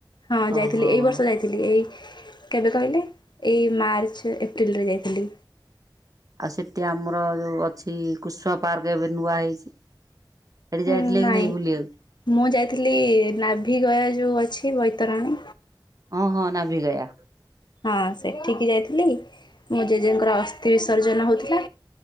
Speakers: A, on the left; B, on the right.
A: ହଁ ଯାଇଥିଲି
B: ଓହୋ
A: ଏଇ ବର୍ଷ ଯାଇଥିଲି। ଏଇ କେବେ କହିଲେ ଏଇ ମାର୍ଚ୍ଚ ଏପ୍ରିଲରେ ଯାଇଥିଲି।
B: ଆଉ ସେଠି ଆମର ଯୋଉ ଅଛି କୁଷ୍ମା ପାର୍କ ଏବେ ନୂଆ ହେଇଛି। ସେଠି ଯାଇଥିଲେ
A: ହଁ ନାଇଁ
B: କି ବୁଲିବାକୁ?
A: ମୁଁ ଯାଇଥିଲି ନାଭି ଗୟା ଯୋଉ ଅଛି ବୈତରଣୀ।
B: ହଁ ହଁ ନାଭିଗୟା।
A: ହଁ ସେଠିକି ଯାଇଥିଲି ମୋ ଜେଜେଙ୍କର ଅସ୍ଥି ବିସର୍ଜନ ହଉଥିଲା।